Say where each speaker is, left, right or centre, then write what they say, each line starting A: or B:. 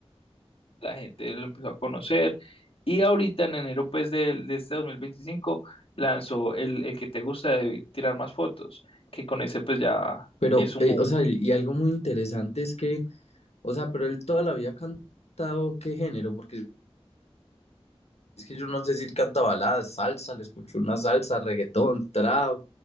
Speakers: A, on the left; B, on the left.
A: la gente lo empezó a conocer. Y ahorita en enero pues de, de este 2025 lanzó el, el que te gusta de tirar más fotos, que con ese pues ya
B: Pero,
A: es un
B: eh,
A: boom.
B: o sea, y y algo muy interesante es que, o sea, pero él toda la vida ha cantado qué género, porque es que yo no sé si él canta baladas, salsa, le escucho una salsa, reggaetón, trap,